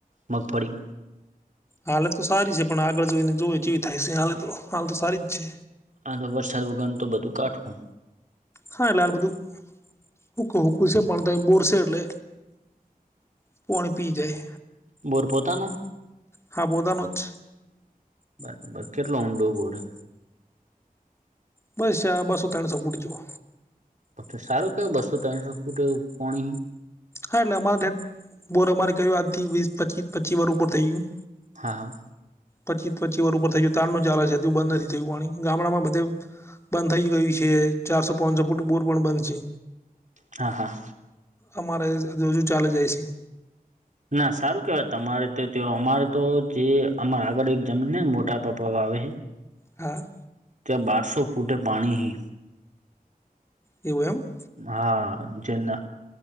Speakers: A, on the right; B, on the left.
A: મગફળી?
B: હાલે તો સારી છે પણ આગળ જઈને જો જેવી થાય છે હાલ તો હાલ તો સારી જ છે.
A: આ તો વરસાદ વગન તો બધું કાઠવું.
B: હા એટલે લાલ બધું હુંક હુકું છે પણ તો એ બોરશે એટલે પાણી પી જાય.
A: બોર પોતાનો.
B: હા પોતાનો જ.
A: બરાબર કેટલો ઊંડો બોર હે
B: બસ આ બસો ત્રણસો ફૂટ જેવો.
A: પછ સારું કે બસો તનશો ફૂટ પણી.
B: હા એટલે અમારે બોર અમારે કર્યું આજથી વીસ પચીસ પચી વાર ઉપર થઈ ગયું.
A: હા
B: પચી ત્ચીર ઉપર <unintelligible> થય ગયુ તારનું ચાલ છે બંધ નથી થયું પાણી ગામડામાં બધે બંધ થઈ ગયું છે ચારસો પાચસો ફૂટ બોર પણ બંધ છે
A: હા હા
B: અમારે હજુ ચાલે જાય છે
A: ના સારું કેવાય તમારે તો તે અમારે તો જે અમા આગળ એક જમીન ને મોટા પપ્પા વાવે
B: હા
A: ત્યાં બારસો ફૂટે પાણી હે
B: એવું એમ
A: હા જેના